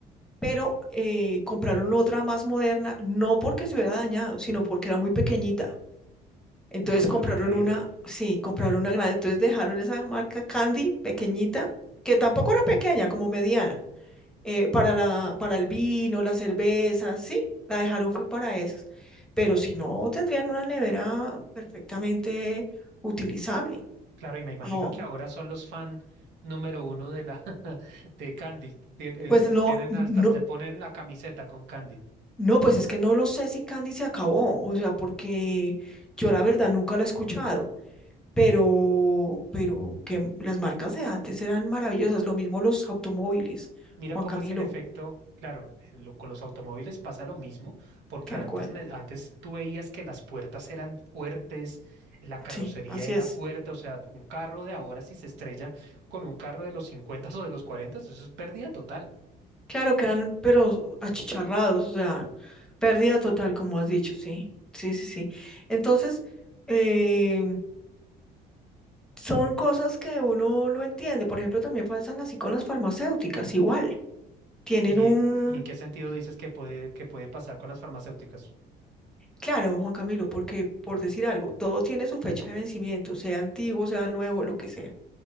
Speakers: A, in the centre; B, on the right (about 85°).
A: pero eh, compraron otra más moderna, no porque se hubiera dañado, sino porque era muy pequeñita. Entonces
B: No, pero
A: compraron
B: increíble.
A: una, sí, compraron una grande, entonces dejaron esa marca Candy pequeñita, que tampoco era pequeña, como mediana, eh, para la, para el vino, la cerveza, sí, la dejaron fue para esas. Pero si no, tendrían una nevera perfectamente utilizable.
B: Claro, y me imagino
A: No,
B: que ahora son los fan número uno de la <laughs> de Candy. Tien- eh,
A: pues no,
B: Tienen
A: no,
B: hasta, se ponen la camiseta con Candy.
A: No, pues es que no lo sé si Candy se acabó, o sea, porque yo la verdad nunca la he escuchado, pero, pero que las marcas de antes eran maravillosas, lo mismo los automóviles,
B: Mira
A: Juan
B: cómo
A: Camilo,
B: es el efecto, claro, eh, lo- con los automóviles pasa lo mismo, porque
A: tal
B: antes,
A: cual,
B: me- antes tú veías que las puertas eran fuertes, la carrocería
A: sí, así
B: era
A: es.
B: fuerte, o sea, un carro de ahora si se estrella con un carro de los 50 <laughs> o de los 40, eso es pérdida total.
A: Claro, quedan, pero achicharrados, o sea, pérdida total, como has dicho, sí, sí, sí, sí. Entonces, eh, son cosas que uno no entiende, por ejemplo, también pasan así con las farmacéuticas, igual, tienen
B: ¿Y,
A: un
B: eh, y en qué sentido dices que puede, que puede pasar con las farmacéuticas?
A: Claro, Juan Camilo, porque por decir algo, todo tiene su fecha de vencimiento, sea antiguo, sea nuevo, lo que sea.